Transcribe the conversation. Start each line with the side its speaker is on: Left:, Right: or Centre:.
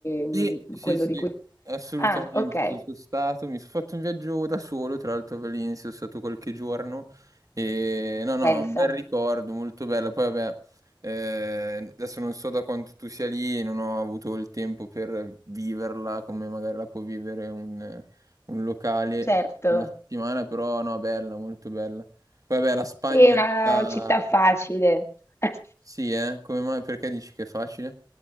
Left: mm,
Right: Sì, sì,
Left: quello
Right: sì,
Left: di cui...
Right: assolutamente.
Left: Ah, ok,
Right: Sono sono stato, mi sono fatto un viaggio da solo, tra l'altro a Valencia, sono stato qualche giorno e no, no,
Left: pensa,
Right: un bel ricordo, molto bello. Poi vabbè, eh, adesso non so da quanto tu sia lì, non ho avuto il tempo per viverla come magari la può vivere un, un locale
Left: certo.
Right: per una settimana, però no, bella, molto bella. Poi vabbè, la Spagna,
Left: Sì, è una
Right: la-
Left: città facile. <laughs>
Right: sì, eh, come mai? Perché dici che è facile?